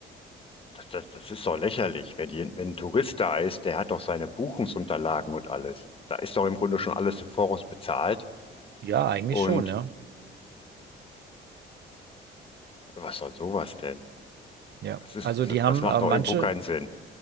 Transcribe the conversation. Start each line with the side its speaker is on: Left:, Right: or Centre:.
Left: das, das, das ist doch lächerlich. Wenn, die, wenn ein Tourist da ist, der hat doch seine Buchungsunterlagen und alles. Da ist doch im Grunde schon alles im Voraus bezahlt.
Right: Ja, eigentlich
Left: Und
Right: schon, ja.
Left: was soll sowas denn?
Right: Ja,
Left: Das ist,
Right: also
Left: das,
Right: die haben
Left: das macht
Right: äh, manche,
Left: auch irgendwo keinen Sinn.